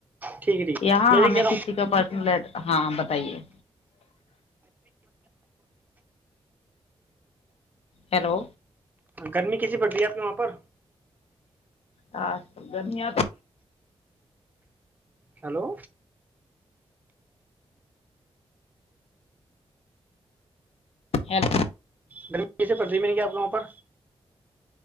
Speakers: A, on the right; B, on the left.
A: ٹھیک ہے ٹھیک ہے
B: یہاں
A: میں سے
B: ہمیں
A: کہہ رہا
B: کسی
A: ہوں
B: کا پرسنل ہاں بتائیے ہلو
A: گرمی کسی پڑتی ہے آپ کے وہاں پر
B: ہاں گرمیاں تو
A: ہیلو
B: ہیلو
A: گھرمی کیسے پڑتی م گ آپ کو وہاں پر